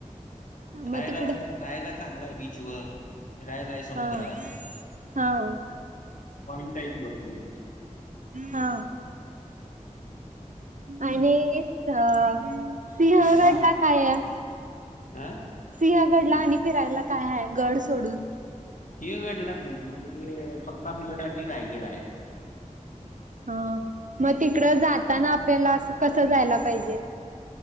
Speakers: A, on the right; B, on the left.
A: मग
B: रायला
A: तिकडं
B: राहायला चांगलाय बीचवर फिरायलाय समुद्रात
A: हा हा.
B: पॉईंट आहे की <unintelligible>
A: हा. आणि च सिंहगडला
B: माल
A: काय आहे?
B: अ
A: सिंहगडला आणि फिरायला काय आहे गड सोडून?
B: सिंहगडला नाही, मग ते प्रतापगड आणि रायगड आहे.
A: हा. मग तिकडं जाताना आपल्याला अस कसं जायला पाहिजे?